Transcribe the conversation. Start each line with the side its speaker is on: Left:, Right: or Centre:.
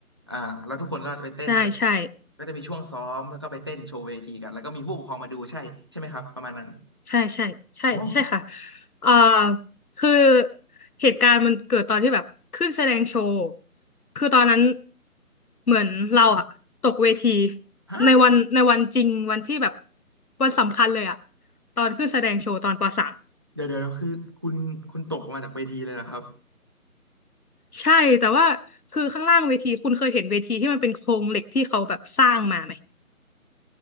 Right: อ่าแล้วทุกคนก็ไปเต้นไป
Left: ใช่ใช่
Right: ก็จะมีช่วงซ้อมแล้วก็ไปเต้นโชว์เวทีกันแล้วก็มีผู้ปกครองมาดูใช่ใช่ไหมครับประมาณนั้น
Left: ใช่ใช่ใช่ใช่ค่ะ
Right: อ๋อ
Left: เอ่อคือเหตุการณ์มันเกิดตอนที่แบบขึ้นแสดงโชว์คือตอนนั้นเหมือนเราอะตกเวที
Right: ฮะ
Left: ในวันในวันจริงวันที่แบบวันสำคัญเลยอะตอนขึ้นแสดงโชว์ตอนปสาม
Right: เดี๋ยวเดี๋ยวคือคุณคุณตกมาจากเวทีเลยเหรอครับ
Left: ใช่แต่ว่าคือข้างล่างเวทีคุณเคยเห็นเวทีที่มันเป็นโครงเหล็กที่เขาแบบสร้างมาไหม